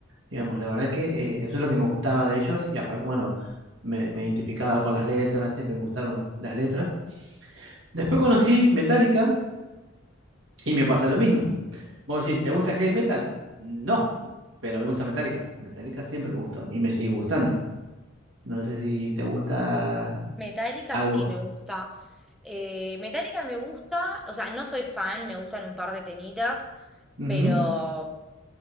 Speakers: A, on the right; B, in the centre.
A: Digamos, la verdad que eh, eso es lo que me gustaba de ellos y aparte, bueno, me, me identificaba con las letras, siempre me gustaron las letras. Después conocí Metallica y me pasa lo mismo. Vos decís, ¿te gusta el heavy metal? No, pero me gusta Metallica. Metallica siempre me gustó y me sigue gustando. No sé si te gusta
B: Metallica
A: algo.
B: sí me gusta. Eh, Metallica me gusta, o sea, no soy fan, me gustan un par de temitas,
A: Ujú,
B: pero